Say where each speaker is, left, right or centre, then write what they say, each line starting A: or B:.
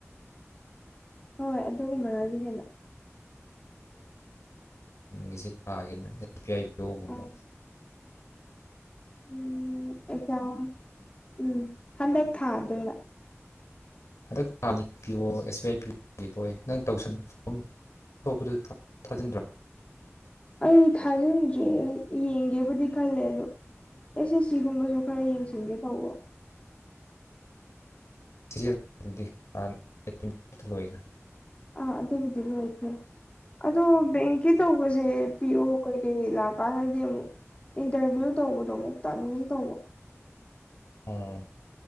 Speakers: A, on the left; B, on the left.
A: ꯍꯣꯏ ꯑꯗꯨꯒꯨꯝꯕꯅꯗꯤ ꯍꯦꯟꯅ
B: ꯑꯦꯁꯄꯤꯑꯥꯏ ꯄꯤꯑꯣ ꯒꯨꯝꯕ
A: ꯑꯥ ꯎꯝ ꯑꯦꯖꯝ ꯎꯝ ꯍꯟꯗꯛ ꯊꯥꯗꯣꯏꯕ
B: ꯍꯟꯗꯛ ꯊꯅꯤ ꯄꯤꯌꯣ ꯑꯦꯁꯕꯤꯑꯥꯏ ꯄꯤꯑꯣ ꯊꯣꯛꯑꯦ ꯅꯪ ꯇꯧꯁꯟ ꯑꯇꯣꯛꯄꯗ ꯊꯥꯖꯤꯟꯗ꯭ꯔꯣ
A: ꯑꯩ ꯊꯥꯖꯤꯟꯗ꯭ꯔꯦ ꯌꯦꯡꯒꯦꯕꯨꯗꯤ ꯈꯜꯂꯦ ꯑꯗꯣ ꯑꯦꯁꯑꯦꯁꯁꯤ ꯒꯨꯝꯕꯁꯨ ꯈꯔ ꯌꯦꯡꯁꯤꯟꯒꯦ ꯇꯧꯕ
B: <unintelligible>
A: ꯑꯥ ꯑꯗꯨꯕꯨꯗꯤ ꯂꯣꯏꯈ꯭ꯔꯦ ꯑꯗꯣ ꯕꯦꯡꯀꯤ ꯇꯧꯕꯁꯦ ꯄꯤꯑꯣ ꯀꯩꯀꯩ ꯂꯥꯛꯀꯥꯟꯗꯗꯤ ꯑꯃꯨꯛ ꯏꯟꯇꯔꯚꯤꯌꯨ ꯇꯧꯕꯗꯣ ꯑꯃꯨꯛ ꯇꯟꯒꯨꯝ ꯇꯧꯕ
B: ꯎꯝ